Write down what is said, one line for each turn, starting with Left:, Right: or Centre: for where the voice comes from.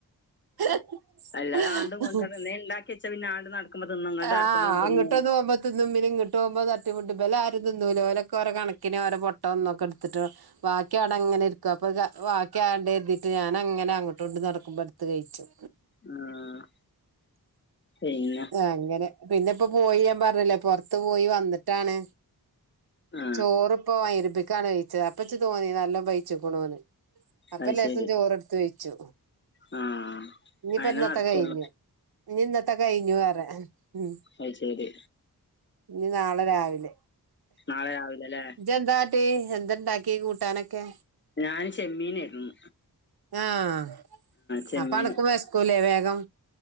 Right: കൊഴപ്പൊന്നുമില്ലാന്ന്
Left: അല്ലാതാണ്ടും കൊണ്ട് നടന്ന് നി ണ്ടാക്കി വെച്ചാ പിന്നെ ആണ്ട് നടക്കുമ്പ തിന്ന ഇങ്ങട്ട്
Right: ആഹ്
Left: നടക്കമ്പ
Right: അങ്ങോട്ടൊന്ന്
Left: തിന്ന്
Right: പോകുമ്പോ തിന്നും പിന്നിങ്ങട്ട് പോമ്പ തട്ടിമുട്ടി ഇബലാരും തിന്നൂല്ല ഓലൊക്കൊ ഓലകണക്കിന് ഓര പൊട്ട ഒന്നൊക്കെ എടുത്തിട്ട് വാക്കി അവ്ടങ്ങനെ ഇരിക്കും അപ്പ വാ വാക്കി ആടെ എർതിട്ട് ഞാനങ്ങനെ അങ്ങട്ടുവിങ്ങട്ടു നടക്കുമ്പ ഇട്ത്ത് കഴ്ച്ചും
Left: ആ പിന്നെ
Right: അങ്ങനെ പിന്നെ ഇപ്പ പോയി ഞാൻ പർഞ്ഞില്ലേ പൊർത്ത് പോയി വന്നിട്ടാണ്
Left: ആ
Right: ചോറിപ്പ മൈരിപ്പിക്കാണ് കയിച്ചത് അപ്പച്ച് തോന്നി നല്ല പയ്ച്ചുക്ക്ണൂന്ന് അപ്പ
Left: അത്
Right: ലേസം
Left: ശരി
Right: ചോറെടുത്ത് കയ്ച്ചു
Left: ആ
Right: ഇനിയിപ്പ
Left: അങ്ങനെ
Right: ഇന്നത്തെ
Left: നടക്കുള്ളു
Right: കഴിഞ്ഞു ഇനി ഇന്നത്തെ കഴിഞ്ഞു പറേ ഉം
Left: അയ്ശരി
Right: ഇനി നാളെ രാവിലെ
Left: നാളെ രാവിലെ അല്ലേ
Right: ഇജ്ജെന്താട്ടി എന്താണ്ടാക്കി കൂട്ടാനൊക്കെ
Left: ഞാന് ചെമ്മീനായിർന്നു
Right: ആഹ്
Left: ചെമ്മീൻ
Right: അപ്പ അന്ക്കു വെശ്ക്കൂല്ലെ വേഗം